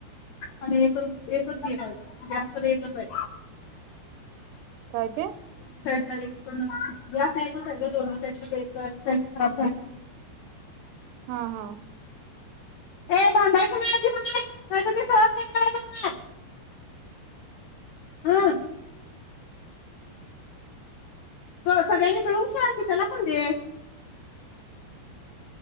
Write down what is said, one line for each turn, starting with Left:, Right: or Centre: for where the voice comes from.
Left: आणि एकच एकच <unintelligible> जास्त तर एकच ये.
Right: काय ते?
Left: पण गॅस एकच आहे गं दोन्ही साईडच <unintelligible> एक साईडच खराब झाले.
Right: हा हा
Left: ऐ भांडायचं नाही अजिबात, न्हाईतर मी सरळ <inaudible> हम्म ग सगळ्यांनी मिळून खेळायचं, त्याला पण दे.